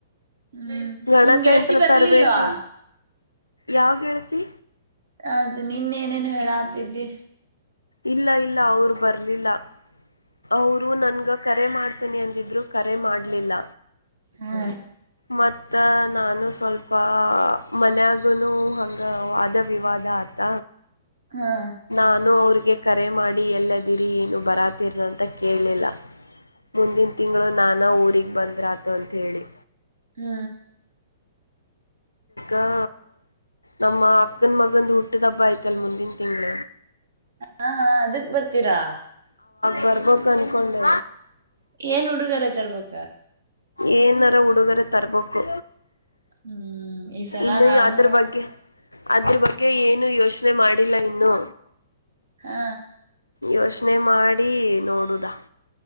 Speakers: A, on the right (about 65°); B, on the left (about 85°).
A: ಹ್ಮ್
B: ಗಣಕಯಂತ್ರ
A: ನಿನ್ ಗೆಳತಿ ಬರ್ಲಿಲ್ವಾ
B: ತರಬೇಳ್ತಿ ಯಾವ ಹೇಳ್ತಿ
A: ಅದು ನಿನ್ನೇಏನೇನು ಹೇಳತಿದ್ದಿ
B: ಇಲ್ಲ ಇಲ್ಲ ಅವರು ಬರ್ಲಿಲ್ಲ ಅವರು ನನ್ಗ ಕರೆ ಮಾಡ್ತನಿ ಅಂದಿದ್ರು ಕರೆ ಮಾಡಲಿಲ್ಲ
A: ಹಾ
B: ಮತ್ತ ನಾನು ಸ್ವಲ್ಪ ಮನ್ಗನು ಹಂಗ ವಾದ ವಿವಾದ ಆತ
A: ಹಾ
B: ನಾನು ಅವ್ರಿಗೆ ಕರೆ ಮಾಡಿ ಎಲ್ಲದಿರಿ ಏನು ಬರಾತಿರನ ಅಂತ ಕೇಳಲಿಲ್ಲ ಮುಂದಿನ ತಿಂಗಳು ನಾನ ಊಗ್ ಬಂದ್ರಾತು ಅಂತ ಹೇಳಿ
A: ಹ್ಮ್
B: ಅ ನಮ್ಮ ಅಕ್ಕನ್ ಮಗಂದು ಹುಟ್ಟದ ಹಬ್ಬ ಆಯ್ತಲ್ ಮುಂದಿನ ತಿಂಗಳ
A: ಹ ಹಾ ಅದಕ್ ಬರ್ತೀರಾ
B: ಬರ್ಬೇಕು ಅಂದ್ಕೊಂಡೆ
A: ಏನ್ ಹುಡುಗರ ಐತರ್ಬಕ್ಕ
B: ಏನಾರ ಹುಡುಗರ ತರ್ಬೇಕು
A: ಹ್ಮ್ ಈ ಸಲ
B: ಇನ್ನು
A: ನಾನು
B: ಅದ್ರ ಬಗ್ಗೆ ಅದ್ರ ಬಗ್ಗೆ ಗೆ ಏನು ಯೋಚನೆ ಮಾಡಿಲ್ಲ ಇನ್ನು
A: ಹಾ
B: ಯೋಚನೆ ಮಾಡಿ ನೋಡುದಾ